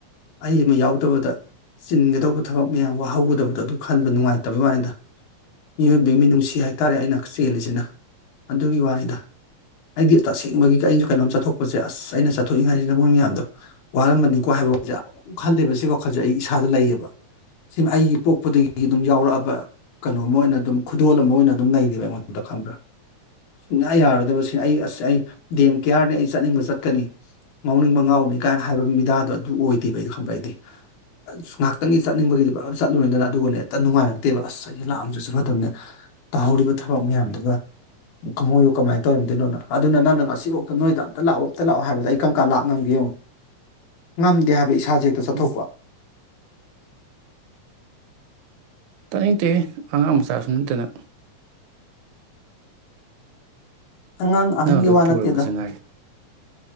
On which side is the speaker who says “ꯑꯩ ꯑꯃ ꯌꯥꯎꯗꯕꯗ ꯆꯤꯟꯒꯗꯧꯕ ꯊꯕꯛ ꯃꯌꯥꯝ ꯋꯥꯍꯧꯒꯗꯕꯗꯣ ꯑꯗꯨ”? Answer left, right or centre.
Left